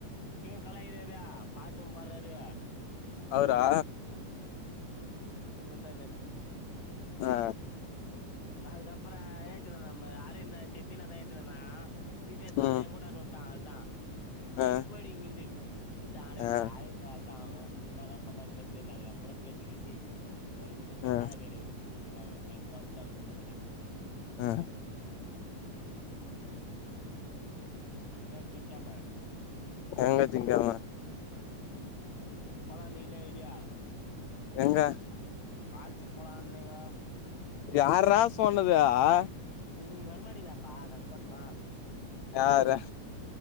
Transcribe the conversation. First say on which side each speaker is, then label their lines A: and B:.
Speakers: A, on the left (about 50°); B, on the left (about 75°).
A: கலாய்கிறாரா பாட்டும் பார்றாரு
B: அவுரா
A: ஒரு சிக்குன் குத்தா நேத்து
B: ஆ
A: எல்லா அதுக்கப்ரோ ஏத்தினு தா ந அரந்தா சத்தினாதா ஏத்தினு வந்தா நீட்டா எத்தனுந்துஏ
B: ம்
A: கூட்டன்ட விட்டா அவள்தா
B: ஆ
A: நீ போய்டு இங்கிந்து த அரவிந்த்
B: ஆ
A: ஆய்ந்தாளுதா அவோ என்னாதா பண்ணருதுனே தெரில அதுக்கப்ரோ பேசி கீசி மருபடி கூப்டு போய்
B: ஆ
A: பாலாஜி கடைல விட்டு விட்டுருப்பாங்க கன்பாரம் விட்டாண்ட விட்டுருக்க மாட்டா
B: ஆ
A: நாம்பிக்கமா
B: எங்க சிங்கமா
A: போலா நீளே இல்லியா
B: எங்கா
A: கால்ச்சிக் போலன்னீங்கோ
B: யார்ரா சொன்னது அ
A: இங்க நீங்க வரமாடிங்லா அப்ப நாங் போட்டுமா
B: யார்ர